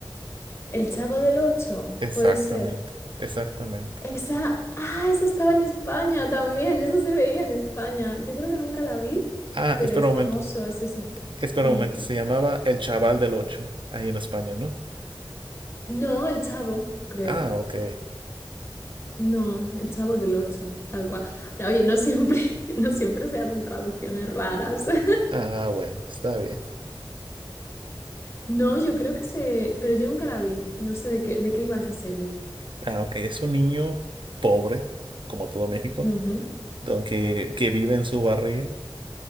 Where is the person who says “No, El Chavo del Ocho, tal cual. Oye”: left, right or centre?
Left